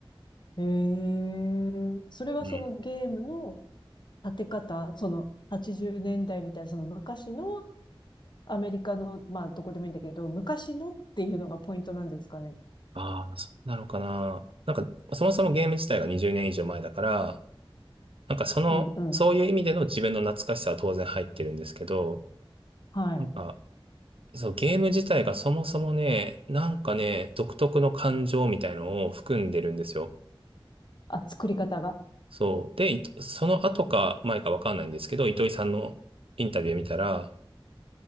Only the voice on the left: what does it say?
ええそれはそのゲームの
立て方、その80年代みたいな、その昔のアメリカの、まあ、どこでもいいんだけど、昔のっていうのがポイントなんですかね。
うん、うん。
はい。
あ、作り方が。